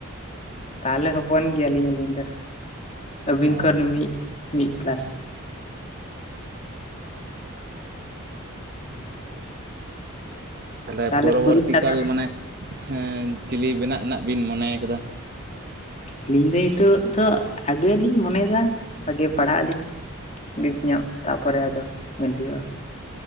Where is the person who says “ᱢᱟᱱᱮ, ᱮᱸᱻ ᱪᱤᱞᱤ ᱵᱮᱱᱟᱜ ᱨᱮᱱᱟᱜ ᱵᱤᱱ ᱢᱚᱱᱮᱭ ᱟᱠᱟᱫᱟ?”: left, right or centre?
Right